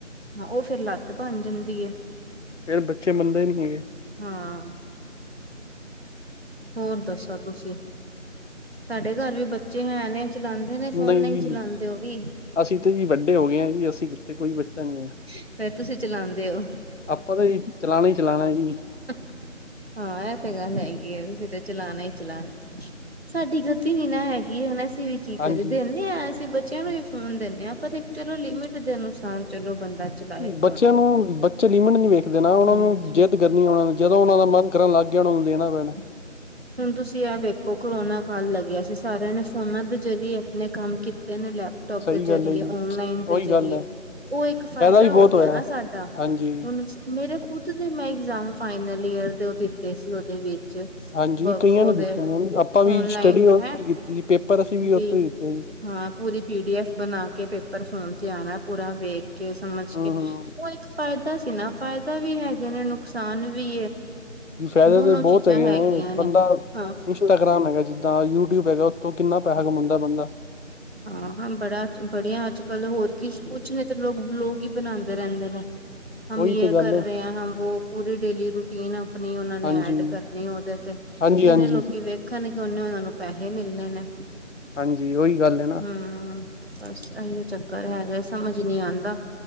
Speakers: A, on the right; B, on the left.
A: ਹਾਂ, ਓ ਫਿਰ ਲੱਤ ਬਨ ਜਾਂਦੀ ਐ।
B: ਫਿਰ ਬੱਚੇ ਮੰਨਦੇ ਨੀ ਹੈਗੇ।
A: ਹਾਂ। ਹੋਰ ਦੱਸੋ ਤੁਸੀਂ, ਤੁਹਾਡੇ ਘਰ ਵੀ ਬੱਚੇ ਹੈ ਨੇ? ਚਲਾਂਦੇ ਨੇ ਫੋਨ,
B: ਨਹੀਂ
A: ਨਈ ਚਲਾਂਦੇ
B: ਜੀ
A: ਓ ਵੀ?
B: ਅਸੀਂ ਤੇ ਜੀ ਵੱਡੇ ਹੋ ਗਏ ਆ ਜੀ, ਅਸੀਂ। ਤੇ ਕੋਈ ਬੱਚਾ ਨੀ ਐ,
A: ਫੇਰ ਤੁਸੀਂ ਚਲਾਉਂਦੇ ਹੋ
B: ਆਪਾਂ ਤੇ ਜੀ ਚਲਾਨੈ ਈ ਚਲਾਨੈ ਜੀ।
A: ਹਾਂ, ਐ ਤੇ ਗੱਲ ਹੈਗੀ ਏ, ਤੁਸੀਂ ਤੇ ਚਲਾਨੈ ਈ ਚਲਾਨੈ। ਸਾਡੀ ਗਤੀ ਨੀ ਨਾ ਹੈਗੀ ਹੁਨ, ਅਸੀਂ ਵੀ ਕੀ
B: ਹਾਂਜੀ।
A: ਕਰੀ ਦੇਂਨੇ ਆ, ਅਸੀਂ ਬੱਚਿਆਂ ਨੂੰ ਵੀ ਫੋਨ ਦੇਂਨੇ ਆ, ਪਰ ਇੱਕ ਚਲੋ ਲਿਮਿਟ ਦੇ ਅਨੁਸਾਰ ਚਲੋ ਬੰਦਾ ਚਲਾਏ
B: ਬੱਚਿਆਂ
A: ਫੋਨ
B: ਨੂੰ, ਬੱਚੇ ਲਿਮਿਟ ਨੀ ਵੇਖਦੇ ਨਾ ਓਨਾਂ
A: ਹੂੰ
B: ਨੂੰ ਜਿੱਦ ਕਰਨੀ, ਓਨਾਂ ਜਦੋਂ ਓਨਾਂ ਦਾ ਮਨ ਕਰਨ ਲਗ ਗਿਆ, ਉਨੂੰ ਦੇਨਾ ਪੈਨ।
A: ਹਮ <inaudible> ਹੁਣ, ਤੁਸੀਂ ਆ ਵੇਖੋ, ਕਰੋਨਾ ਕਾਲ ਲੱਗਿਆ ਸੀ, ਸਾਰਿਆਂ ਨੇ ਫੋਨਾਂ ਦੇ ਜ਼ਰੀਏ, ਆਪਣੇ ਕੰਮ ਕੀਤੇ ਨੇ ਲੈਬ। ਲੈਪਟੋਪ
B: ਸਹੀ
A: ਦੇ
B: ਗੱਲ
A: ਜਰੀਏ,
B: ਹੈ ਜੀ
A: ਔਨਲਾਈਨ
B: ਉਹੀ
A: ਦੇ ਜਰੀਏ,
B: ਗੱਲ ਹੈ
A: ਉਹ ਇੱਕ ਫਾਇਦਾ
B: ਵੀ ਬਹੁਤ
A: ਹੋ
B: ਹੋਇਆ।
A: ਗਿਆ ਨਾ, ਸਾਡਾ
B: ਹਾਂਜੀ,
A: ਹੁਣ। ਮੇਰੇ ਖੁਦ ਦੇ, ਮੈਂ ਇਗਜ਼ਾਮ ਫਾਈਨਲ ਈਅਰ ਦੇ, ਉਹ ਦਿੱਤੇ ਸੀ ਉਹਦੇ ਵਿੱਚ ਵਕ,
B: ਹਾਂਜੀ ਕਈਆਂ
A: ਉਹਦੇ
B: ਨੇ ਦਿੱਤੇ ਨੇ ਆਪਾਂ ਵੀ
A: ਓਨਲਾਈਨ
B: ਸਟੱਡੀ ਉੱਥੇ
A: ਹੈ
B: ਕੀਤੀ ਜੀ ਪੇਪਰ ਅਸੀਂ ਉੱਥੇ
A: ਵੀ।
B: ਦਿੱਤੇ ਜੀ।
A: ਹਾਂ ਪੂਰੀ ਪੀ ਡੀਐਫ ਬਣਾ ਕੇ, ਪੇਪਰ ਫੋਮ ਤੇ ਆਣਾ ਪੂਰਾ ਵੇਖ ਕੇ ਸਮਝ
B: ਹੂੰ,
A: ਕੇ।
B: ਹੂੰ
A: ਉਹ ਇੱਕ ਫਾਇਦਾ ਸੀ, ਨਾ ਫਾਇਦਾ ਵੀ ਹੈਗੇ ਨੇ, ਨੁਕਸਾਨ ਵੀ।
B: ਜੀ ਫਾਇਦੇ
A: ਦੋਨੋ
B: ਤੇ ਬਹੁਤ।
A: ਚੀਜ਼ਾਂ ਹੈਗੀਆਂ ਨੇ
B: ਬੰਦਾ
A: ਹਾਂ
B: ਇੰਸਟਾਗ੍ਰਾਮ ਹੈਗਾ, ਜਿੱਦਾਂ ਯੂਟਿਊਬ ਹੈਗਾ, ਉੱਥੋਂ ਕਿੰਨਾ ਪੈਸਾ ਕਮਾਉਂਦਾ ਬੰਦਾ।
A: ਹਾਂ- ਹਾਂ, ਬੜਾ ਬੜੀਆਂ, ਅੱਜ ਕੱਲ੍ਹ ਹੋਰ ਕੀ ਕੁਛ ਨੇ ਤਾਂ ਲੋਕ ਹੀ ਬਲਾਗ ਬਣਾਉਂਦੇ ਰਹਿੰਦੇ ਨੇ। ਹਮ
B: ਉਹੀ
A: ਯ
B: ਤੇ ਗੱਲ
A: ਕਰ
B: ਹੈ।
A: ਰਹੇ ਆ, ਹਮ ਪੂਰੀ ਡੇਲੀ ਰੂਟੀਨ, ਆਪਣੀ ਉਹਨਾਂ ਨੇ
B: ਹਾਂਜੀ,
A: ਐਡ ਕਰਨੀ ਉਹਦੇ ਤੇ।
B: ਹਾਂਜੀ-
A: ਜਿੰਨੇ
B: ਹਾਂਜੀ।
A: ਲੋਕੀ ਵੇਖਣ ਕਿ, ਉਹਨੇ ਉਹਨਾਂ ਨੂੰ ਪੈਸੇ ਮਿਲਣੇ ਨੇ।
B: ਹਾਂਜੀ, ਉਹੀ ਗੱਲ ਨਾ।
A: ਹਮ। ਬਸ ਇਹੀਓ, ਚੱਕਰ ਹੈਗਾ ਸਮਝ ਨੀ ਆਉਂਦਾ,